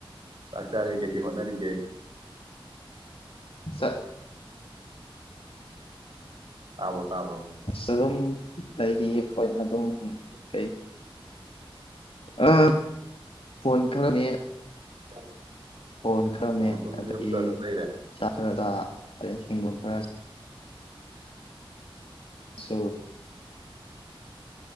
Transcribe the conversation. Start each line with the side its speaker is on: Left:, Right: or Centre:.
Right: ꯆꯆꯥꯔ ꯀꯩ ꯀꯩ ꯍꯣꯅꯔꯤꯒꯦ
Left: ꯁꯥ
Right: ꯇꯥꯕꯣ ꯇꯥꯕꯣ
Left: ꯑꯁ ꯑꯗꯨꯝ ꯂꯩꯔꯤ ꯍꯣꯏ ꯑꯗꯨꯝ ꯀꯩ ꯑ ꯐꯣꯟ ꯈꯔꯃꯦꯠ
Right: <inaudible>
Left: ꯐꯣꯟ ꯈꯔꯃꯦꯠ
Right: ꯑꯣ ꯑꯗꯨꯝ
Left: ꯑꯗꯒꯤ
Right: ꯌꯨꯝꯗ ꯑꯗꯨꯝ ꯂꯩꯔꯦ
Left: ꯈꯔꯗ ꯑꯗꯩ ꯍꯦꯡꯒꯣꯜ ꯈꯔ ꯆꯥꯛ